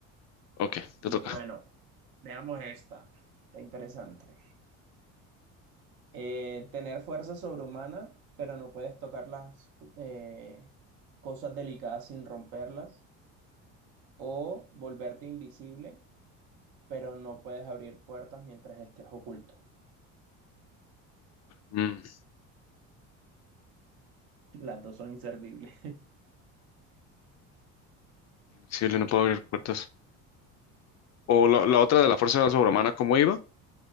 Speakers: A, on the left; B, on the right.
A: Ok,
B: Bueno,
A: te toca.
B: veamos esta, está interesante. eh, tener fuerza sobrehumana, pero no puedes tocar las eh, cosas delicadas sin romperlas, o volverte invisible, pero no puedes abrir puertas mientras estés oculto.
A: Mm,
B: Las dos son inservibles.
A: Invisible, no puedo abrir puertas. O la, la otra de la fuerza sobrehumana, ¿cómo iba?